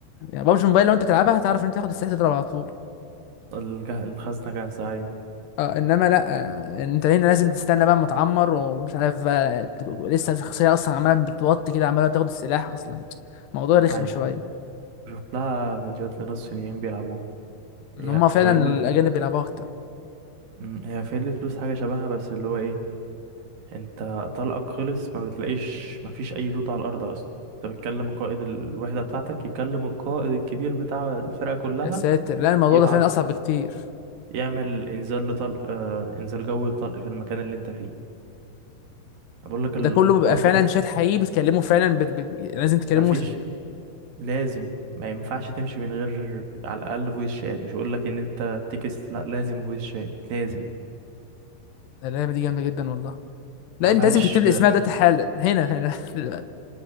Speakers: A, on the left; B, on the right.
A: يعني بابجي موبايل لو انت تلعبها هتعرف ان انت تاخد السلاح تضرب على طول
B: الج- الخزنة جاهزة أيوة
A: اه انما لا آه، انت هنا لازم تستنى بقى اما تعمر ومش عارف بقى تبقى لسه الشخصيه اصلا عماله بتوطي كده عماله بتاخد السلاح اصلا الموضوع رخم
B: أيوة
A: شويه
B: شوف لها فيديوهات لناس صينيين بيلعبوها
A: ان
B: هي
A: هم
B: فيل
A: فعلا الاجانب بيلعبوها اكتر
B: أمم، هي فيل فلوس حاجة شبهها بس اللي هو إيه أنت طلقك خلص ما بتلاقيش ما فيش أي لوت على الأرض أصلا أنت بتكلم قائد الوحدة بتاعتك يكلم القائد الكبير بتاع الفرقة كلها
A: يا ساتر لا الموضوع
B: يبعت
A: ده فعلا اصعب بكتير
B: يعمل انزال لطلق آه انزال جوي لطلق في المكان اللي انت فيه بقول لك
A: وده
B: ال-
A: كله
B: الحوار
A: بيبقى فعلا
B: تحس
A: شات حقيقي بتكلمه فعلا بت... بت... لازم تكلمه
B: مفيش
A: س...
B: لازم ما ينفعش تمشي من غير على الاقل فويس شات مش هقول لك ان انت تكست لا لازم فويس شات لازم
A: اللعبه دي جامده جدا والله لا
B: ما
A: انت
B: فيهاش
A: لازم تكتب لي اسمها دلوقتي حالا هنا هنا <laughs> دلوقتي